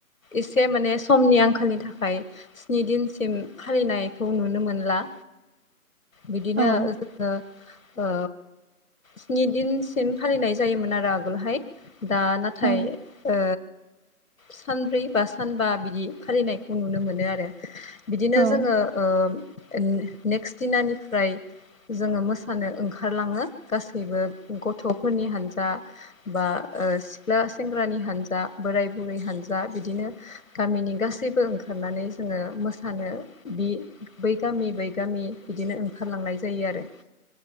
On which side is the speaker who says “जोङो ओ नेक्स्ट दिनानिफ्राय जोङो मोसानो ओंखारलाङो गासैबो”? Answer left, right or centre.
Left